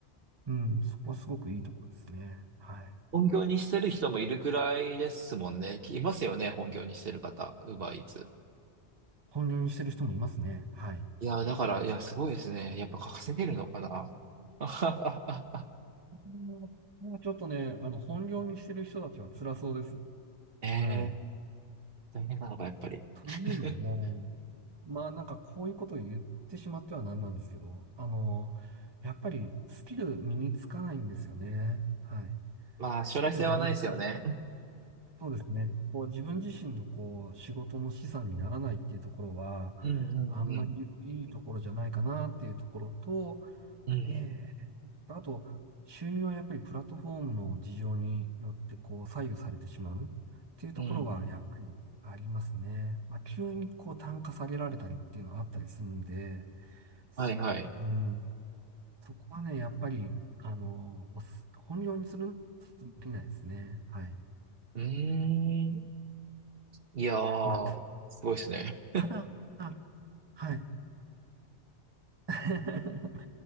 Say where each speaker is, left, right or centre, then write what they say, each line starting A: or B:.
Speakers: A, on the right; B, on the right.
A: うん、そこはすごくいいところですね。はい。
B: 本業にしてる人もいるぐらいですもんね。いますよね、本業にしてる方。ウーバーイーツ。
A: 本業にしてる人もいますね。はい。
B: いや、だから、いや、すごいですね。やっぱ稼げるのかな。<laughs> あははは
A: うんちょっとね、あの、本業にしてる人たちは辛そうです。
B: ええ
A: はい。
B: 大変なのか、やっぱり。
A: というのも、
B: <laughs>
A: まあなんかこういうことを言ってしまってはなんなんですけど、あの、やっぱりスキル身につかないんですよね。はい。
B: まあ、将来性はないですよね。
A: スキル全然、そうですね。こう自分自身のこう仕事の資産にならないっていうところは、
B: うんうんうん。
A: あんまりいいところじゃないかなっていうところと、
B: うん
A: えあと、収入はやっぱりプラットフォームの事情によってこう左右されてしまうっていうところはやっぱりありますね。
B: うん。うん。
A: まあ、急にこう単価下げられたりっていうのはあったりするんで、すうん、
B: はいはい。
A: そこはね、やっぱり、あの、おす本業にする、できないですね。はい。
B: うーん。いやー、
A: まあ、
B: すごいですね。
A: ただ、はい。<laughs>